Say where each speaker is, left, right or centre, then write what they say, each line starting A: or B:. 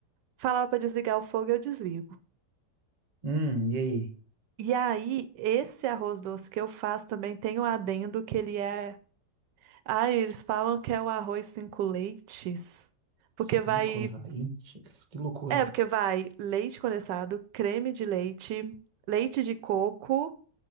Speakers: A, on the right (about 80°); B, on the right (about 35°).
A: falava para desligar o fogo, eu desligo.
B: Hum, e aí?
A: E aí, esse arroz doce que eu faço também tem o adendo que ele é, ah, eles falam que é o arroz cinco leites, porque
B: Cinco,
A: vai,
B: vai. Que loucura.
A: é, porque vai leite condensado, creme de leite, leite de coco,